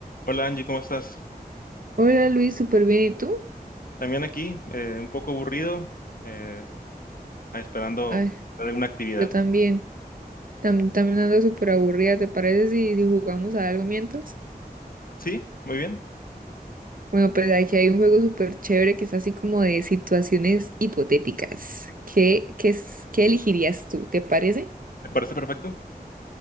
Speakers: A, on the left; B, on the right.
A: Hola Angie, ¿cómo estás?
B: Hola Luis, súper bien. ¿Y tú?
A: También aquí, eh, un poco aburrido, eh, esperando
B: Ay,
A: de una actividad.
B: yo también. Tam- también ando súper aburrida. ¿Te parece si, si jugamos a algo mientras?
A: Sí, muy bien,
B: Bueno, pues aquí hay un juego súper chévere que es así como de situaciones hipotéticas. ¿Qué, qué, es- qué elegirías tú? ¿Te parece?
A: me parece perfecto.